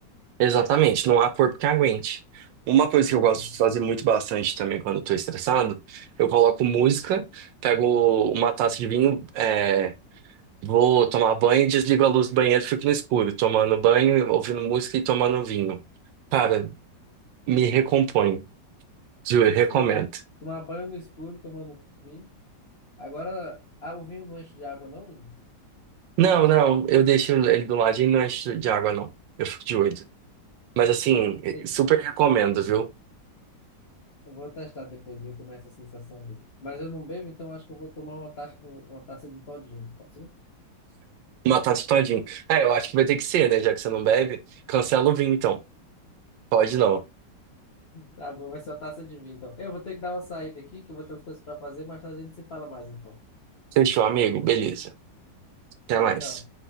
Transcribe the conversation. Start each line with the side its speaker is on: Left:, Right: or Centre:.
Right: Exatamente, não há corpo que aguente. Uma coisa
Left: Uhum.
Right: que eu gosto de fazer
Left: <laughs>
Right: muito bastante também quando eu tô estressado, eu coloco música, pego uma taça de vinho, é, vou tomar banho, desligo a luz do banheiro, fico no escuro, tomando banho, ouvindo música e tomando vinho. Cara, me recompõe, juro,
Left: Que específico.
Right: recomendo.
Left: Tomar banho no escuro, tomando vinho. Agora, ah, o vinho não enche de água, não, menino?
Right: Não, não, eu deixo ele do ladinho e não encho de água, não. Eu fico de olho. Mas assim,
Left: Entendi.
Right: super recomendo, viu?
Left: Eu vou testar depois, ver como é essa sensação dele. Mas eu não bebo, então acho que eu vou tomar uma taça, um- uma taça de todinho. Pode ser?
Right: Matar isso todinho. É, eu acho que vai ter que ser, né? Já que você não bebe, cancela o vinho, então. Pode não.
Left: Tá bom, vai ser uma taça de vinho, então. Eu vou ter que dar uma saída aqui, que eu vou ter umas coisas pra fazer, mas a gente se fala mais, então.
Right: Fechou, amigo. Beleza. Até
Left: Tchau,
Right: mais.
Left: tchau.